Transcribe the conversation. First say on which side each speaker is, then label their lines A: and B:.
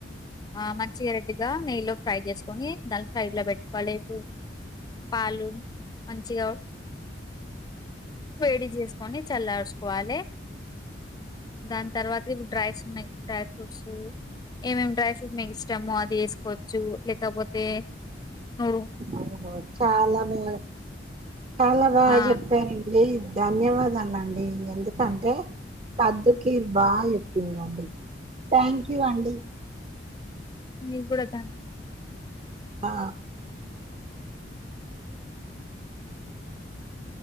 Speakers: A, on the left; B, on the right.
A: ఆ మంచిగా రెడ్డుగా నెయ్యి లో ఫ్రై చేసుకొని దాని సైడ్ లో పెట్టుకోలేదు పాలు మంచిగ వేడి చేసుకొని చల్లార్చుకోవాలి దాని తర్వాత డ్రై డ్రై ఫ్రూట్స్ ఏమేం డ్రై ఫ్రూట్ మెకు ఇస్తామో అది వేసుకోవచ్చు లేకపోతే ను
B: ఓహో చాలా బాగా చాలా బాగా
A: ఆ
B: చెప్పారండి ధన్యవాదాలండి ఎందుకంటే కద్దుకీరు బాగా తిన్దండి థ్యాంక్యూ అండి
A: మీక్కూడా థ్యాంక్స్
B: ఆ <inaudible>